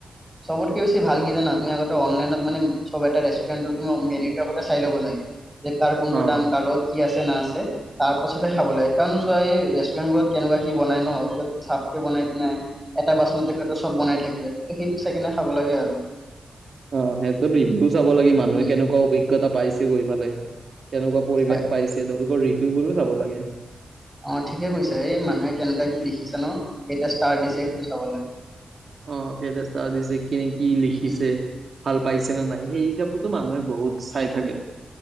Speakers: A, in the centre; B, on the right.
A: চবতকে বেছি ভাল কি জানা? তুমি আগতে অনলাইনত মানে চব এটা ৰেষ্টুৰেণ্টৰ তুমি মেনিউ টো আগতে চাই ল'ব লাগে। যে কাৰ কোনটোোন
B: অ'।
A: দাম কাৰ লগত কি আছে না আছে? তাৰ পাছতেহে খাব লাগে। কাৰণ চোৱা এই ৰেষ্টুৰেণ্ট বোৰত কেনেকুৱা কি বনাই ন চফকে বনাই কি নাই? এটা বাথৰুম তেখেততে চব বনাই থাকে সেইটো চাই কিনে খাব লাগে আৰু।
B: অ সিহত ভি চাব লাগে মানুহে
A: উম
B: কেনেকুৱা অভিজ্ঞতা পাইছে গৈ পেলাই। কেনেকুৱা পৰিৱেশ
A: হয়
B: পাইছে তেওঁলোকৰ ৰিভিউ বোৰো চাব লাগে।
A: অ ঠিকে কৈছে, এই মানুহে কেনেকুৱা কি লিখিছে ন কেইটা ষ্টাৰ দিছে সেইটো চাব লাগে।
B: অ কেইটা ষ্টাৰ দিছে কিনে কি লিখিছে
A: উম
B: ভাল পাইছে নে নাই? সেই হিচাপতো মানুহে বহুত চাই থাকে।